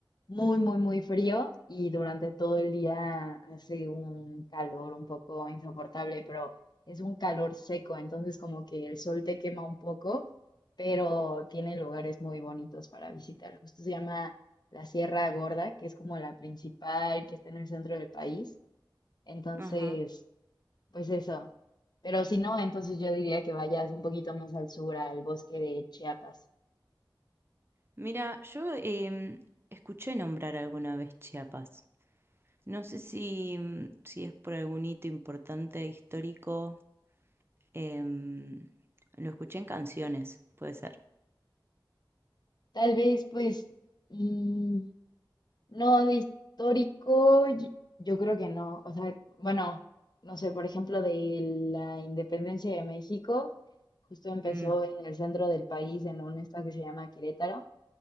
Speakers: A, on the left; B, on the right.
A: muy, muy, muy frío y durante todo el día hace un calor un poco insoportable, pero es un calor seco, entonces como que el sol te quema un poco, pero tiene lugares muy bonitos para visitar. Justo se llama la Sierra Gorda, que es como la principal que está en el centro del país. Entonces,
B: Ajá.
A: pues eso. Pero si no, entonces yo diría que vayas un poquito más al sur, al bosque de Chiapas.
B: Mira, yo em, escuché nombrar alguna vez Chiapas. No sé si, mm, si es por algún hito importante histórico. em, lo escuché en canciones, puede ser.
A: Tal vez, pues, mm, No, de histórico, y- yo creo que no. O sea, bueno, no sé, por ejemplo, de la independencia de México, justo empezó
B: Mm.
A: en el centro del país, en un estado que se llama Querétaro.